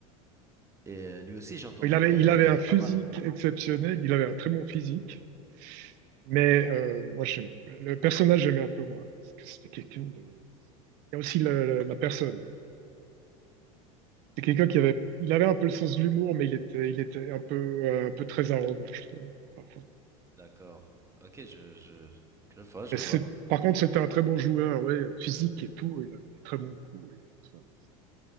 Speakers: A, on the right (about 15°); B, on the right (about 60°).
A: Et euh, lui aussi, j'ai entendu
B: Il avait,
A: qu'il a
B: il
A: gagné
B: avait un
A: pas
B: physique
A: mal.
B: exceptionnel, il avait un très bon physique, mais euh, moi, j'aime- le personnage, j'aimais un peu moins, parce que c'était quelqu'un de... Il y a aussi la, la- la personne. C'est quelqu'un qui avait, il avait un peu le sens de l'humour, mais il était, il était un peu, euh, un peu très arrogant, je trouve, parfois.
A: D'accord. Ok, je, je, je vois, je
B: Mais
A: vois.
B: c'est- par contre, c'était un très bon joueur, ouais, physique et tout, il a des très bons coups. et tout ça, mais